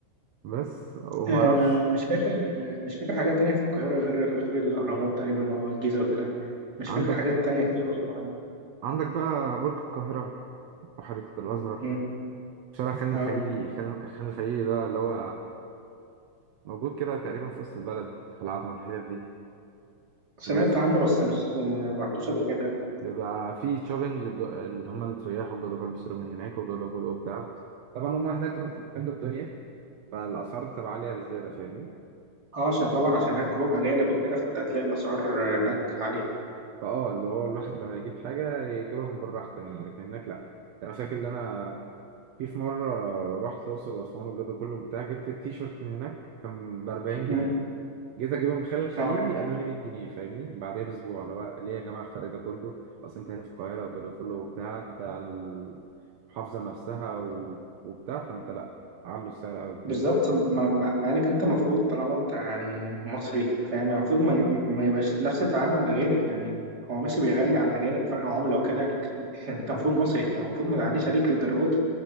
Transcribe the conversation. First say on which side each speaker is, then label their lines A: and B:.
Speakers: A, on the right; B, on the right.
A: بس وما
B: آه
A: اعرفش
B: مش فاكر مش فاكر حاجات تانية في القاهره غير غير الاهرامات تقريبا والجيزه وكده مش
A: عندك
B: فاكر حاجات تانية كتير رحتها يعني
A: عندك بقى برج القاهره او حديقه الازهر
B: مم.
A: شارع خان
B: اه
A: الخليلي خان خان الخليلي ده اللي هو موجود كده تقريبا في وسط البلد في العتبه والحتت دي
B: سمعت
A: بيبقى
B: عنه بس مش آه، ما رحتوش قبل كده تقريبا
A: بيبقى فيه شوبينج للج- اللي هم السياح والجدعان بيشتروا من هناك والجدعان وبتاع طبعا هم هناك بيعملوا الدنيا فالاسعار بتبقى عاليه بزياده فاهمني
B: اه عشان طبعا عشان هناك كلهم اجانب وكده فانت هتلاقي الاسعار آه، هناك عاليه
A: فاه اللي هو الواحد لما يجيب حاجة يجيبها من بره أحسن يعني لكن هناك لأ يعني أنا فاكر إن أنا في في مرة رحت الأقصر وأسوان والجو ده كله وبتاع جبت التيشيرت من هناك كان بأربعين
B: مم.
A: جنيه جيت أجيبه من خلال الخليلي
B: اه
A: قالوا لي مية جنيه فاهمني بعدها بأسبوع اللي هو ليه يا جماعة الفرق ده كله أصل أنت هنا في القاهرة والجو ده كله وبتاع أنت عن المحافظة نفسها و... وبتاع فأنت لأ علوا السعر أوي فاهمني
B: بالظبط مع مع- مع انك انت المفروض طالما انت يعني مصري فاهم يعني المفروض ما ي- ما يبقاش نفس تعامل الاجانب يعني هو ماشي بيغلي عن الاجانب فرق عمله وكده لكن انت المفروض مصري فالمفروض ما تعليش عليك للدرجه دي